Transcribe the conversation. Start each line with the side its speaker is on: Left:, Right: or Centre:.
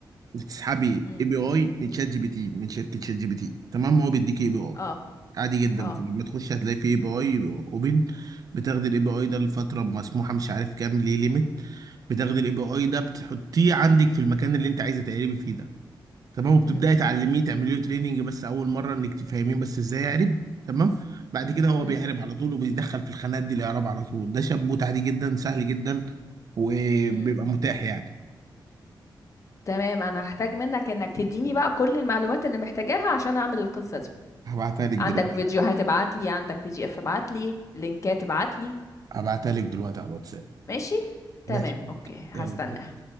Right: بتسحبي
Left: امم
Right: اي بي اي من شات جي بي تي من شركه شات جي بي تي تمام هو بيديكي اي بي اي
Left: اه
Right: عادي جدا
Left: اه
Right: لما تخش هتلاقي في اي بي اي اوبن بتاخدي الاي بي اي ده لفتره مسموحه مش عارف كام ليه ليميت بتاخدي الاي بي اي ده بتحطيه عندك في المكان اللي انت عايزه تقلبي فيه ده تمام وبتبداي
Left: امم
Right: تعلميه تعملي له تريننج بس اول مره انك تفهميه بس ازاي يعرب تمام بعد
Left: امم
Right: كده هو
Left: امم
Right: بيعرب على طول وبيدخل في الخانات دي الاعراب على طول ده شابوت عادي جدا سهل جدا وبيبقى
Left: امم
Right: متاح يعني
Left: تمام انا هحتاج منك انك تديني بقى كل المعلومات اللي محتاجاها عشان اعمل القصة دي
Right: هبعتها لك
Left: عندك
Right: دلوقتي
Left: فيديوهات ابعت لي عندك بي دي اف ابعت لي لينكات ابعت لي
Right: هبعتها لك دلوقتي على الواتساب
Left: ماشي تمام
Right: ماشي
Left: اوكي هستناها
Right: يلا